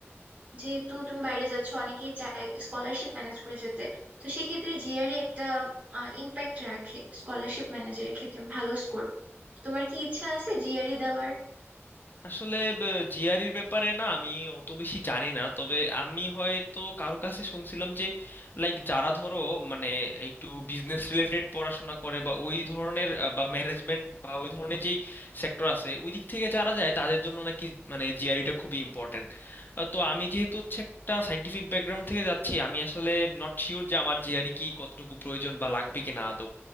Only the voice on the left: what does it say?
আসলে জিআরির ব্যাপারে না আমি অত বেশি জানি না তবে আমি হয়তো কারো কাছে শুনছিলাম যে লাইক যারা ধরো মানে একটু বিজনেস রিলেটেড পড়াশোনা করে বা ওই ধরনের আহ, বা ম্যানেজমেন্ট বা ওই ধরনের যেই সেক্টর আছে ওই দিক থেকে যারা যায় তাদের জন্য নাকি মানে জিআরিটা খুবই ইম্পর্টেন্ট তো আমি যেহেতু হচ্ছে একটা সাইন্টিফিক ব্যাকগ্রাউন্ড থেকে যাচ্ছি আমি আসলে নট শিওর যে আমার জিআরি কি কতটুকু প্রয়োজন বা লাগবে কিনা না।